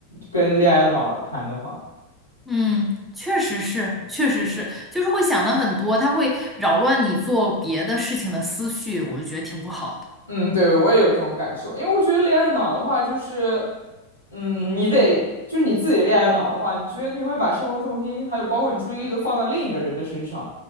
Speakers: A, on the left; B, in the centre.
A: 跟恋爱脑谈的话。
B: 嗯，确实是，确实是，就是会想的很多，他会扰乱你做别的事情的思绪，我就觉得挺不好的。
A: 嗯，对，我也有这种感受，因为我觉得恋爱脑的话，就是，嗯，你得就是你自己恋爱脑的话，你觉得你会把生活重心还有包括你注意力都放到另一个人的身上，